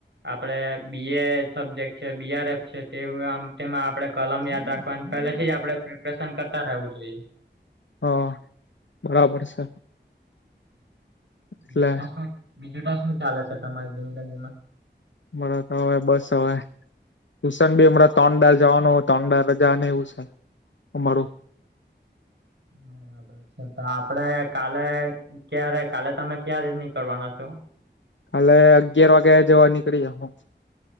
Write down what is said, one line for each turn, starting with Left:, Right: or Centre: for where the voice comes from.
Right: આપડે બી એ સબ્જેક્ટ છે બીઆરએફ છે તે તેમાં આપડણે કલમ યાદ રાખવાની પહેલેથી જ આપડણે. પસંદ કરતા રહેવું જોઈએ.
Left: હા બરાબર છે. એટલે
Right: <unintelligible> બીજું શ બીજું શું ચાલે છે તમારી જીંગંગીમાં
Left: મને તો હવે બસ અવે. ટુશન બી હમં તોંડા જવાનું હોય તોંડા રજા એવું છે અમારું.
Right: બરાબર. અ્ તો આપડે કાલે ક્યારે કાલે તમે ક્યારે રી ની કરવાના છો.
Left: હાલે અગિયાર વાગ્યા જવા નીકળી હું.